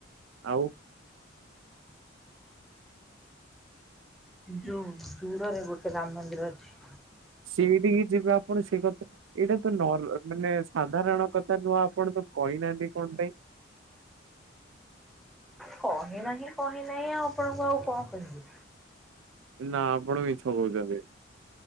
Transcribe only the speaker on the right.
ଆଉ?
ସେିଇଠିକି ଯିବା ଆପରେ ସେ ଟା ତ ଏଇଟା ତ ନର ମାନେ ସାଧାରଣ କଥା ନୁହଁ ଆପଣ ତ କହିନାହାନ୍ତି କଣ ପାଇଁ?
ନା ଆପଣ ମିଛ କହୁଛନ୍ତି।